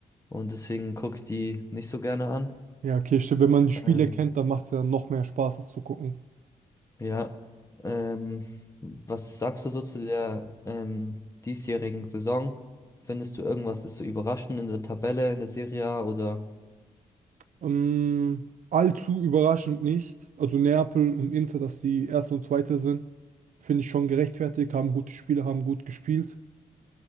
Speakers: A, on the left (about 20°); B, on the right (about 55°).
A: Und deswegen gucke ich die nicht so gerne an.
B: Ja, okay, stimmt, wenn man die Spiele
A: Ähm,
B: kennt, dann macht es ja noch mehr Spaß, es zu gucken.
A: Ja, ähm, was sagst du so zu der ähm, diesjährigen Saison? Findest du irgendwas ist so überraschend in der Tabelle, in der Serie A oder?
B: Ähm, allzu überraschend nicht. Also Neapel und Inter, dass die Erste und Zweite sind, finde ich schon gerechtfertigt, haben gute Spiele, haben gut gespielt.